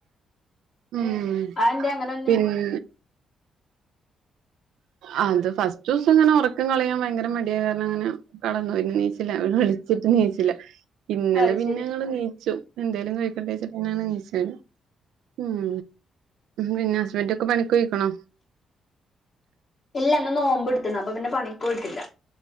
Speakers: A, on the right; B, on the left.
A: ഉം
B: അതെന്തേ അങ്ങനെന്നെ
A: പിന്നെ ആ അത് ഫസ്റ്റ് ദിവസം അങ്ങനെ ഉറക്കം കളയാൻ ഭയങ്കര മടിയായ കാരണം അങ്ങനെ കടന്നു പിന്നെ നീച്ചില്ല വിളിച്ചിട്ട് നീച്ചില്ല ഇന്നലെ
B: അത്
A: പിന്നെ
B: ശരി
A: ഞങ്ങള് നീച്ചു എന്തേലും കഴിക്കണ്ടേന്ന്വെച്ചിട്ടാണ് നിച്ചത് ഉം പിന്നെ ഹസ്ബൻഡൊക്കെ പണിക്കൊഴിക്കണോ
B: ഇല്ല ഇന്ന് നോമ്പ് എടുത്തണ് അപ്പൊ പിന്നെ പണിക്ക്പോയിട്ടില്ല.